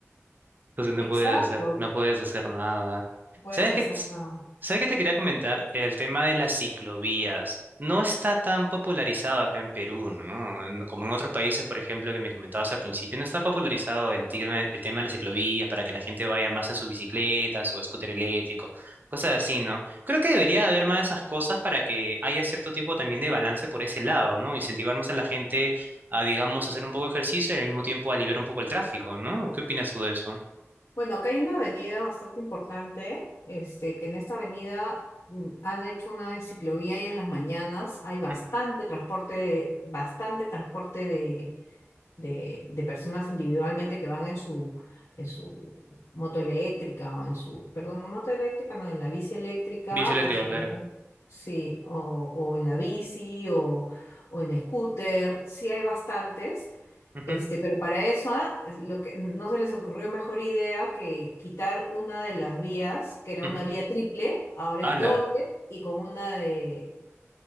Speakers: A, on the right; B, on the left.
A: Entonces no
B: Exacto,
A: puedes hacer,
B: no
A: no puedes hacer nada.
B: puedes
A: ¿Sabes
B: hacer
A: qué, ts-
B: nada.
A: sabes qué te quería comentar? El tema de las ciclovías. No está tan popularizado acá en Perú, ¿no? No Como en otros países, por ejemplo, que me comentabas al principio, no está popularizado el tema, el tema de la ciclovía para que la gente vaya más en sus bicicletas o scooter eléctrico, cosas así, ¿no? Creo que debería haber más de esas cosas para que haya cierto tipo también de balance por ese lado, ¿no? Incentivar más a la gente a, digamos, hacer un poco de ejercicio y al mismo tiempo aliviar un poco el tráfico, ¿no? ¿Qué opinas tú de eso?
B: Bueno, acá hay una avenida bastante importante, este, que en esta avenida mm, han hecho una ciclovía y en las mañanas hay bastante
A: Mm,
B: transporte, bastante transporte de de, de personas individualmente que van en su, en su moto eléctrica o en su, perdón, moto eléctrica, no, en la bici eléctrica
A: Bici eléctrica,
B: o si
A: claro.
B: no, sí, o, o en la bici o, o en scooter, sí hay bastantes.
A: Ujú,
B: Este, pero para eso, ah, es lo que no se les ocurrió mejor idea que quitar una de las vías, que era
A: ujú.
B: una vía triple, ahora
A: Ala.
B: es doble y con una de,